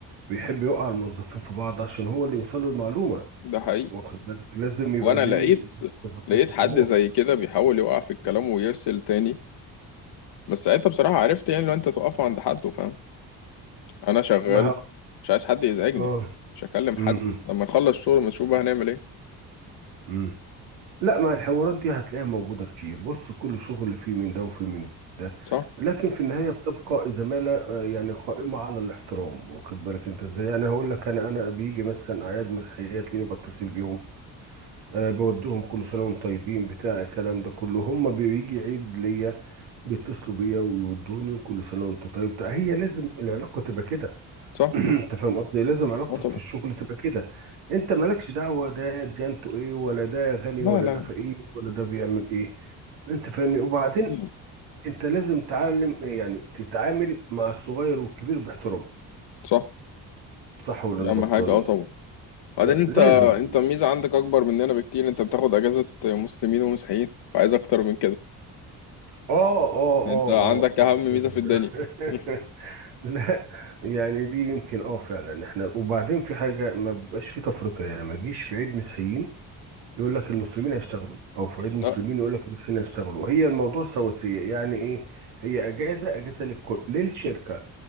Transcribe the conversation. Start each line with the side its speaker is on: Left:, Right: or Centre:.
Right: بيحب يوقع الموظفين في بعض عشان هو اللي يوصل له المعلومه
Left: ده حقيقي
Right: واخد بالك لازم يبقى
Left: وانا
Right: بيه
Left: لقيت
Right: موظفين
Left: لقيت
Right: خصومات
Left: حد زي كده بيحاول يوقع في الكلام ويرسل تاني بس ساعتها بصراحة عرفت يعني لو انت توقفه عند حد فاهم انا شغال
Right: ما ه-
Left: مش عايز حد يزعجني
Right: اه
Left: مش هكلم حد
Right: امم
Left: لما نخلص شغل ما نشوف بقى هنعمل ايه
Right: امم لا ما الحوارات دي هتلاقيها موجودة كتير بص كل شغل فيه من ده وفيه من ده
Left: صح
Right: لكن في النهاية بتبقى زمالة آه، يعني قائمة على الاحترام واخد بالك انت ازاي يعني هقول لك انا انا بيجي مثلا اعياد مسيحيات ليني بتصل بيهم أه بودهم كل سنة وانتم طيبين بتاع الكلام ده كله هم بيجي عيد ليا بيتصلوا بيا ويودوني وكل سنة وانت طيب بتاع هي لازم العلاقة تبقى كده
Left: صح
Right: <clears throat> انت فاهم قصدي لازم علاقتك
Left: اه طبعا
Right: في الشغل تبقى كده انت مالكش دعوه ده جانته ايه ولا ده غني
Left: لا
Right: ولا
Left: لا
Right: ده فقير ولا ده بيعمل ايه انت فاهمني وبعدين
Left: عادي.
Right: انت لازم تعلم يعني تتعامل مع الصغير والكبير باحترام
Left: صح
Right: صح ولا
Left: دي
Right: انا
Left: اهم
Right: غلطان
Left: حاجة اه
Right: يعني
Left: طبعا بعدين
Right: آه،
Left: انت
Right: لازم
Left: انت الميزة عندك اكبر مننا بكتير انت بتاخد اجازة مسلمين ومسيحيين وعايز اكتر من كده
Right: اه اه اه
Left: يعني انت عندك
Right: اه
Left: اهم
Right: باخد
Left: ميزة
Right: بالك.
Left: في الدنيا
Right: <laughs>
Left: <laughs>
Right: لا يعني دي يمكن اه فعلا احنا وبعدين في حاجه ما بيبقاش في تفرقه يعني ما يجيش في عيد مسيحيين يقول لك المسلمين هيشتغلوا او في عيد مسلمين
Left: لا
Right: يقول لك المسيحيين هيشتغلوا هي الموضوع سواسية يعني ايه هي اجازة اجازة للكل للشركة